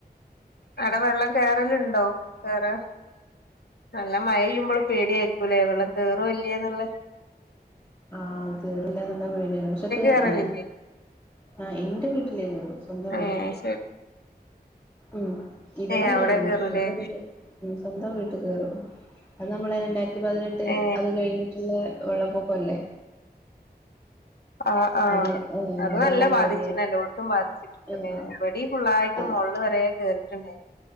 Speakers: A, on the left (about 75°); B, on the left (about 15°).
A: അടെ വെള്ളം കേറ്ലെണ്ടോ കേറ നല്ല മയാ ചെയ്യുമ്പോള് പേടി ല്ലോ വെള്ളം കേറും ഇല്ലോന്ന്
B: ആാ കേയറില്ലാ എന്നുള്ളാ പേടിയാണ് പശെ കേറുല്ലാ
A: കേറലില്ലേ
B: ആാ എന്റെ വീട്ടിലേ കേറുളു സ്വന്തം
A: ഏ
B: വീട്ടില്
A: ശരി
B: ഉം ഇവടെ
A: ഏ
B: കേറൂല്ലാ
A: അവിടെ കേറൂലേ
B: സ്വന്തം വീട്ടി സ്വന്തം വിട്ട് കേറും അത് നമ്മളെ പതിനെട്ട്
A: ഏ
B: അത് കഴിഞ്ഞിട്ട് വെള്ളപ്പൊക്കം ഇലേ
A: ആാ ആാ
B: അത് ഏ
A: അത്
B: അതെല്ലാം
A: നല്ലാ ബാധിച്ചിന്ന്
B: കേറിയായിരുന്നു
A: എല്ലോട്ടും ബാധിച്ചിട്ടുണ്ട്
B: ആ
A: ഇവടെ ഫുള്ളായിട്ട്
B: അത്
A: മെള് വെരേ കേറി <unintelligible>